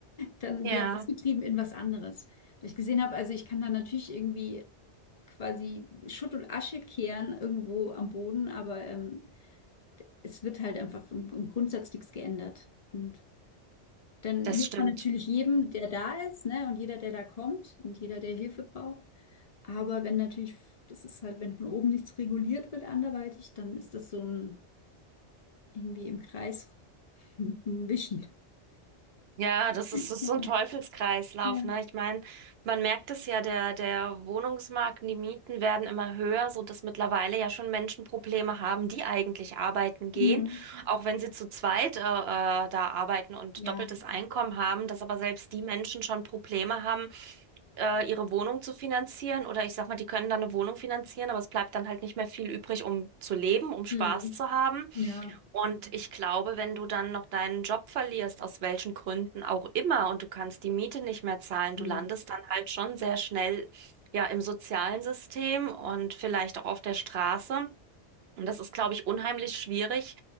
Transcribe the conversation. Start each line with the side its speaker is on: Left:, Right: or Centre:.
Left: dann
Right: Ja,
Left: wieder rausgetrieben in was anderes. Weil ich gesehen habe, also ich kann da natürlich irgendwie quasi Schutt und Asche kehren irgendwo am Boden, aber ähm, es wird halt einfach im, im Grundsatz nichts geändert. Und dann
Right: das
Left: hilft
Right: stimmt.
Left: man natürlich jedem, der da ist, ne, und jeder, der da kommt und jeder, der Hilfe braucht. Aber wenn natürlich, das ist halt, wenn von oben nichts reguliert wird anderweitig, dann ist das so ein irgendwie im Kreis <laughs> wischen.
Right: Ja, das
Left: Ja,
Right: ist, das ist so ein Teufelskreislauf,
Left: ja.
Right: ne? Ich meine, man merkt es ja, der, der Wohnungsmarkt, und die Mieten werden immer höher, so dass mittlerweile ja schon Menschen Probleme haben, die eigentlich arbeiten gehen,
Left: Mhm.
Right: auch wenn sie zu zweit äh, äh, da arbeiten und
Left: Ja.
Right: doppeltes Einkommen haben, dass aber selbst die Menschen schon Probleme haben, äh, ihre Wohnung zu finanzieren oder ich sag mal, die können dann eine Wohnung finanzieren, aber es bleibt dann halt nicht mehr viel übrig, um zu leben, um Spaß
Left: Mhm.
Right: zu haben.
Left: Ja.
Right: Und ich glaube, wenn du dann noch deinen Job verlierst, aus welchen Gründen auch immer, und du kannst die Miete nicht mehr zahlen,
Left: Mhm.
Right: du landest dann halt schon sehr schnell ja im sozialen System und vielleicht auch auf der Straße. Und das ist, glaube ich, unheimlich schwierig.